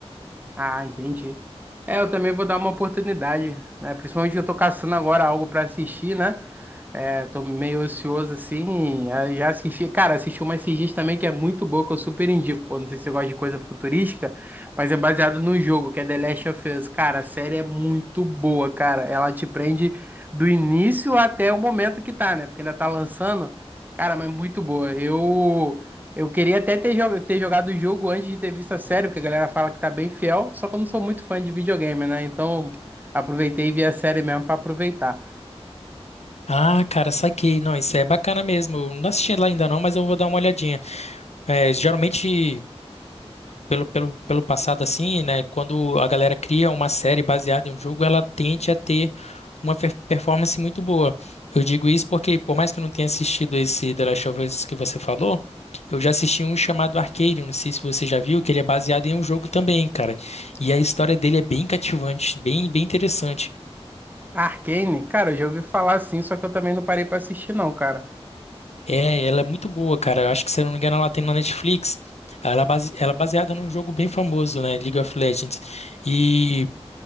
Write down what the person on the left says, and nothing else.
Ah, cara, saquei. Não, isso é bacana mesmo. Eu não assisti ela ainda não, mas eu vou dar uma olhadinha. É, geralmente. pelo, pelo, pelo passado assim, né? Quando a galera cria uma série baseada em um jogo, ela tende a ter uma per- performance muito boa. Eu digo isso porque, por mais que eu não tenha assistido esse The Last of Us que você falou, eu já assisti um chamado Arcane não sei se você já viu, que ele é baseado em um jogo também, cara. E a história dele é bem cativante, bem, bem interessante.
É, ela é muito boa, cara. Eu acho que, se eu não me engano, ela tem na Netflix. Ela é base- ela é baseada num jogo bem famoso, né? League of Legends. e